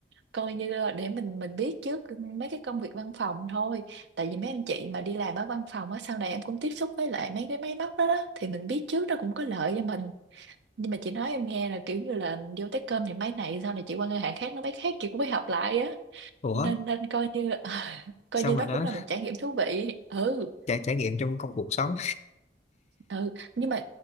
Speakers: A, on the right; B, on the left.
A: coi như là để mình mình biết trước mấy cái công việc văn phòng thôi tại vì mấy anh chị mà đi làm ở văn phòng á sau này em cũng tiếp xúc với lại mấy cái máy móc đó đó thì mình biết trước nó cũng có lợi cho mình nhưng mà chị nói em nghe là kiểu như là vô tới cơm thì máy này sau này chị qua ngân hàng khác nó máy khác chị cũng phải học lại á
B: ủa
A: nên nên coi như <laughs> coi
B: sao
A: như
B: mà
A: đó
B: nó
A: cũng là một trải nghiệm thú vị ừ
B: trải trải nghiệm trong công cuộc sống
A: ừ nhưng mà